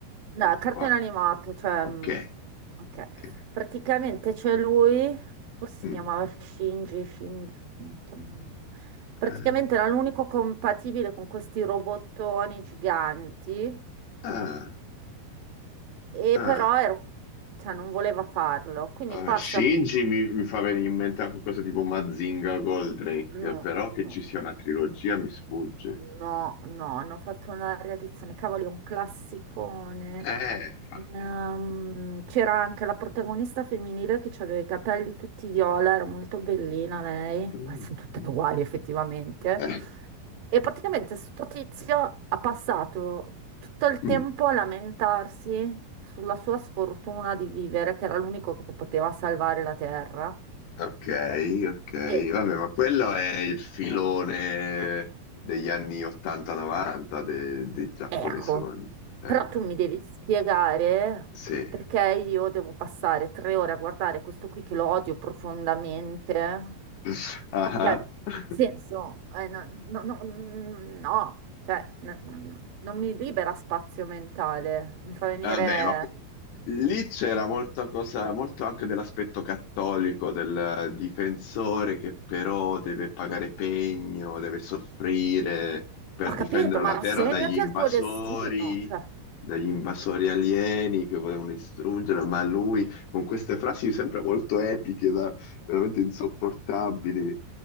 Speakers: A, on the right; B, on the left.
A: no,
B: Oh,
A: cartone
B: wow.
A: animato, cioè,
B: Ok.
A: mm, ok.
B: ok.
A: Praticamente c'è lui, forse
B: Mm.
A: si chiamava Shinji, Shinji. mm, Praticamente
B: Ah,
A: era l'unico compatibile con questi robottoni giganti,
B: ah,
A: e
B: ah.
A: però era- cioè, non voleva farlo. Quindi
B: Eh,
A: passa,
B: Shinji mi, mi fa venire in mente qualcosa tipo Mazinga Goldrake,
A: no,
B: però
A: no.
B: che ci sia una trilogia mi sfugge.
A: No, no, hanno fatto una riedizione, cavoli, è un classicone.
B: Eh, fai-
A: Ehm, c'era anche la protagonista femminile che aveva i capelli tutti viola, era molto bellina lei,
B: Mm.
A: poi sono tutte uguali effettivamente.
B: <laughs>
A: E praticamente sto tizio ha passato tutto il
B: Mm.
A: tempo a lamentarsi sulla sua sfortuna di vivere, che era l'unico che poteva salvare la Terra.
B: Ok, ok.
A: E
B: Vabbè, ma quello è il filone degli anni 80-90 de- dei giapponesoni.
A: Ecco,
B: Eh,
A: però tu mi devi spiegare
B: sì.
A: perché io devo passare tre ore a guardare questo qui che lo odio profondamente.
B: <laughs> Ah.
A: Cioè,
B: <laughs>
A: nel senso, eh, no, no, no, mm, no, cioè, n- n- non mi libera spazio mentale, mi fa venire...
B: Vabbè, ma que- lì c'era molta cosa, molto anche dell'aspetto cattolico del difensore che però deve pagare pegno, deve soffrire per
A: Ho capito,
B: difendere
A: ma
B: la
A: rassegnati
B: terra dagli invasori,
A: al tuo destino. Cioè,
B: dagli invasori alieni che volevano distruggere, ma lui con queste frasi sempre molto epiche, da- veramente insopportabili.